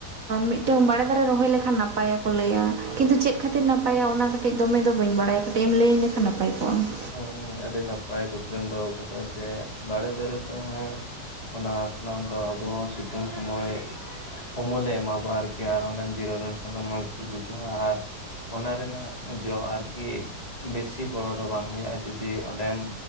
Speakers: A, on the right; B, on the left.
A: ᱢᱤᱫᱴᱟᱹᱝ ᱵᱟᱲᱮ ᱫᱟᱨᱮ ᱨᱚᱦᱚᱭ ᱞᱮᱠᱷᱟᱱ ᱱᱟᱯᱟᱭᱟ ᱠᱚ ᱞᱟᱹᱭᱟ ᱾ ᱠᱤᱱᱛᱩ ᱪᱮᱫ ᱠᱷᱟᱹᱛᱤᱨ ᱱᱟᱯᱟᱭᱟ ᱚᱱᱟ ᱠᱟᱹᱴᱤᱡ ᱫᱚᱢᱮ ᱫᱚ ᱵᱟᱹᱧ ᱵᱟᱲᱟᱭᱟ ᱠᱟᱹᱴᱤᱡ ᱮᱢ ᱞᱟᱹᱭ ᱟᱹᱧ ᱞᱮᱠᱷᱟᱱ ᱱᱟᱯᱟᱭ ᱠᱚᱜ-ᱟ ᱾
B: ᱦᱮᱸ ᱦᱮᱸ ᱟᱹᱰᱤ ᱱᱟᱯᱟᱭ ᱠᱩᱠᱞᱤᱢ ᱫᱚᱦᱚ ᱟᱠᱟᱫᱟ᱾ ᱡᱮ ᱵᱟᱲᱮ ᱫᱟᱨᱮ ᱛᱚ ᱦᱮᱸ <inaudible> ᱚᱱᱟ ᱠᱷᱚᱱᱟᱜ ᱫᱚ ᱟᱵᱚ ᱥᱤᱛᱩᱝ ᱥᱚᱢᱚᱭ ᱩᱢᱩᱞᱮ ᱮᱢᱟᱵᱚ ᱟᱨᱠᱤ ᱟᱨ ᱚᱸᱰᱮᱢ ᱡᱤᱨᱟᱹᱣ ᱞᱮᱱᱠᱷᱟᱱ ᱫᱚ ᱢᱚᱡᱽ ᱜᱮ ᱵᱩᱡᱷᱟᱹᱜ-ᱟ, ᱟᱨ ᱚᱱᱟ ᱨᱮᱱᱟᱜ ᱡᱚ ᱟᱨᱠᱤ ᱵᱮᱥᱤ ᱵᱚᱲᱚ ᱫᱚ ᱵᱟᱝ ᱦᱩᱭᱩᱜ-ᱟ ᱾ ᱡᱩᱫᱤ ᱚᱸᱰᱮᱢ